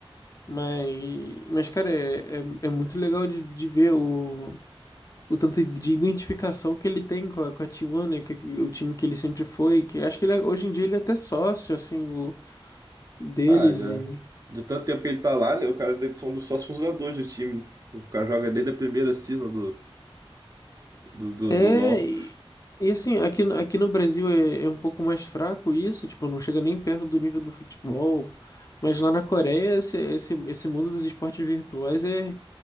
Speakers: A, on the left (about 35°); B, on the right (about 35°).
A: Mas, mas cara, é, é, é muito legal de, de ver o. o tanto de identificação que ele tem com a, com a Tijuana, que, que- o time que ele sempre foi, que acho que ele, é- hoje em dia ele é até sócio, assim, o, deles
B: Ah, já
A: e...
B: de tanto tempo que ele tá lá, né? O cara deve ser um dos sócios fundadores do time. né? O cara joga desde a primeira season do, do,
A: É,
B: do LoL.
A: e, e assim, aqui, no- aqui no Brasil é, é um pouco mais fraco isso, tipo, não chega nem perto do nível do futebol, mas lá na Coreia esse, esse, esse mundo dos esportes virtuais é,